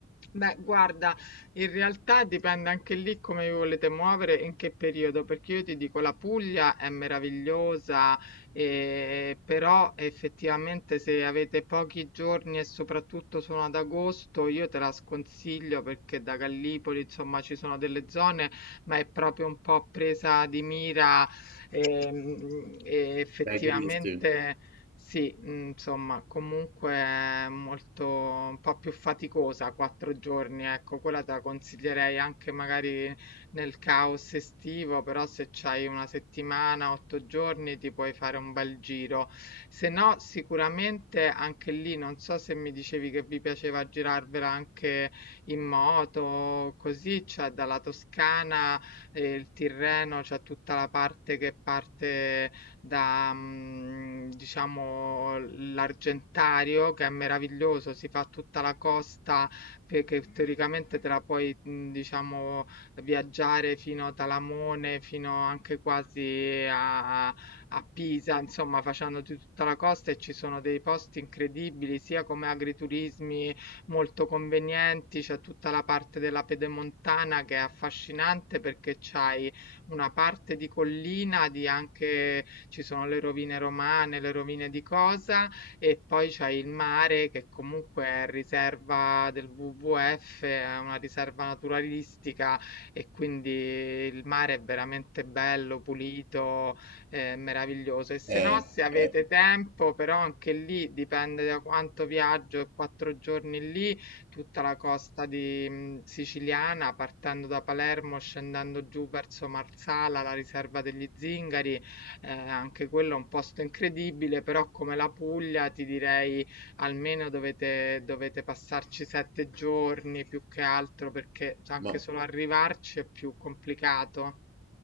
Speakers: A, on the left; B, on the right.
A: Beh, guarda, in realtà dipende anche lì come vi volete muovere e in che periodo, perché io ti dico la Puglia è meravigliosa, eh, però effettivamente se avete pochi giorni e soprattutto sono ad agosto, io te la sconsiglio perché da Gallipoli, insomma, ci sono delle zone, ma è proprio un po' presa di mira, ehm, e effettivamente
B: Dai turisti.
A: sì, mhmm, insomma, comunque è molto un po' più faticosa, 4 giorni, ecco. Quella te la consiglierei anche magari nel caos estivo, però se c'hai 1 settimana, 8 giorni, ti puoi fare un bel giro. Se no, sicuramente anche lì, non so se mi dicevi che vi piaceva girarvela anche in moto, così, cioè dalla Toscana e il Tirreno, c'è tutta la parte che parte da, mhmm, diciamo l'Argentario che è meraviglioso, si fa tutta la costa che che teoricamente te la puoi, mhmm, diciamo viaggiare fino a Talamone, fino anche quasi a a a Pisa, insomma facendoti tutta la costa e ci sono dei posti incredibili, sia come agriturismi molto convenienti, c'è tutta la parte della pedemontana che è affascinante perché c'hai una parte di collina, di anche ci sono le rovine romane, le rovine di cosa, e poi c'è il mare che comunque è riserva del WWF, è una riserva naturalistica e quindi il mare è veramente bello, pulito, eh, meraviglioso. E se
B: Eh,
A: no, se avete
B: eh,
A: tempo, però anche lì dipende da quanto viaggio, e quattro giorni lì, tutta la costa di, mh, siciliana, partendo da Palermo, scendendo giù verso Marsala, la riserva degli Zingari, eh, anche quello è un posto incredibile, però come la Puglia ti direi almeno dovete, dovete passarci sette giorni più che altro perché anche
B: ma...
A: solo arrivarci è più complicato.